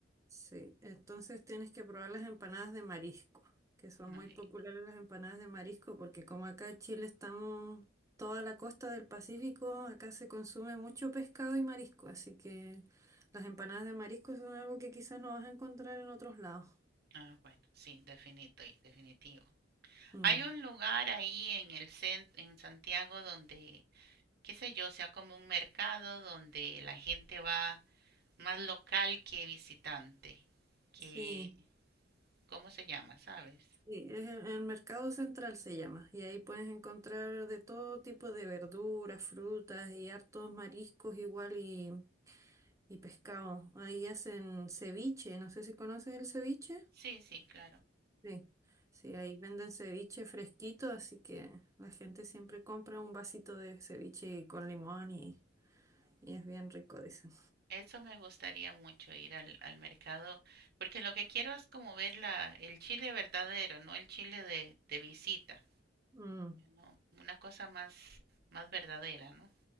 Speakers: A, on the right (about 15°); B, on the right (about 60°).
A: Sí, entonces tienes que probar las empanadas de marisco, que son
B: Madre-
A: muy populares las empanadas de marisco, porque como acá en Chile estamos toda la costa del Pacífico, acá se consume mucho pescado y marisco, así que las empanadas de marisco son algo que quizás no vas a encontrar en otros lados.
B: Ah, bueno, sí, definito y definitivo.
A: Mm,
B: Hay un lugar ahí en el centro en Santiago donde, qué sé yo, sea como un mercado donde la gente va más local que visitante, que
A: Sí.
B: ¿cómo se llama? ¿Sabes?
A: Sí, es el, el mercado central se llama, y ahí puedes encontrar de todo tipo de verduras, frutas y hartos mariscos igual y, y pescado. Ahí hacen ceviche, no sé si conoces el ceviche.
B: Sí, sí, claro.
A: Sí, sí, ahí venden ceviche fresquito, así que la gente siempre compra un vasito de ceviche con limón y, y es bien rico, dicen.
B: Eso me gustaría mucho ir al, al mercado, porque lo que quiero es como ver la, el chile verdadero, no el chile de, de visita,
A: Mm.
B: ¿no? Una cosa más, más verdadera, ¿no?